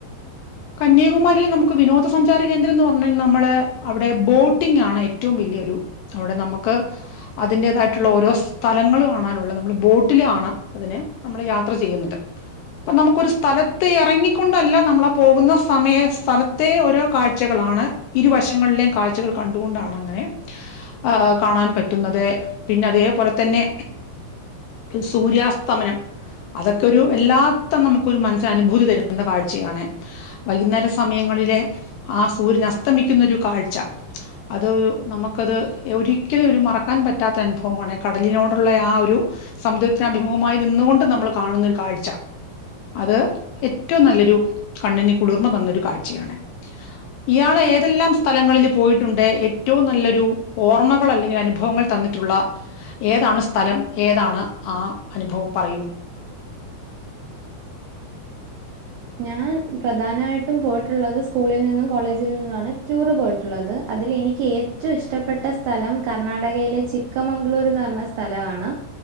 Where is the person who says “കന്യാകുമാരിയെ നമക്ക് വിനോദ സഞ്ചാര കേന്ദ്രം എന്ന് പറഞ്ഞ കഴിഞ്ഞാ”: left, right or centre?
Left